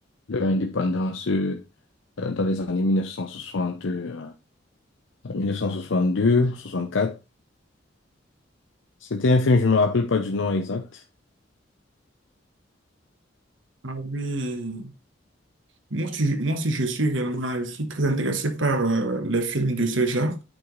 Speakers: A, on the left; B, on the right.
A: leur indépendance. euh, euh, dans les années 1960 euh, à mille neuf cent soixante-deux, soixante-quatre. C'était un film, je me rappelle pas du nom exact.
B: Ah oui. Moi aussi, je moi aussi, je suis réellement, je suis très intéressé par euh, les films de ce genre.